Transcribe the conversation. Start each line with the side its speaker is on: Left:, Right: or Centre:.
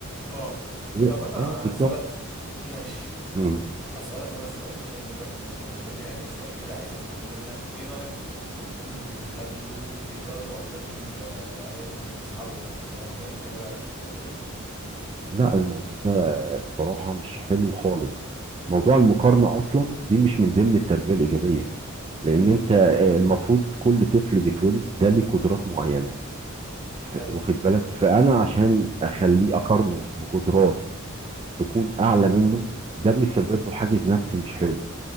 Centre: أه
Right: و...
Centre: طب أنا
Right: اه بالظبط
Centre: هسألك سؤال ماشي
Right: مم.
Centre: أسألك أنا سؤال كده نقدر ن- نقول يعني سؤال كده عايز أفهمه منك إيه رأيك في الأب والأم اللي بيخلوا بيقارنوا أولادهم ب- بقرايبهم وأصحابهم والكلام ده أنت إيه رأيك في الموضوع ده؟
Right: لا الموضوع ده بصراحه مش حلو خالص موضوع المقارنه اصلا دي مش من ضمن التربيه الايجابيه لان انت آه، المفروض كل طفل بيتولد ده ليه قدرات معينه ف-
Centre: أيوه
Right: واخد بالك فانا عشان اخليه اقارنه بقدرات تكون اعلى منه ده بيسبب له حاجز نفسي مش حلو